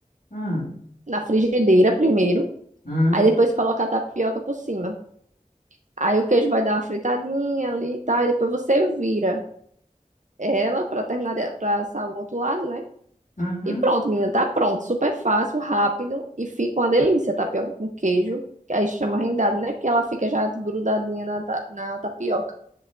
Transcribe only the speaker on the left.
Hum,
hum,
uhum.